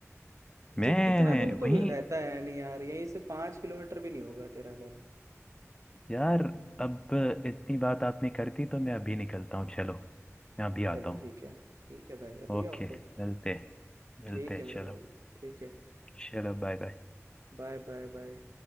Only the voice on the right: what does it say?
जित
इतना दूर तो
रहता है नहीं यार यहीं से पाँच किलोमीटर भी नहीं होगा तेरा घर
चलो
ठीक है ठीक है भाई अभी
आओ फिर
ठीक है मेरे
भाई ठीक है
Bye bye bye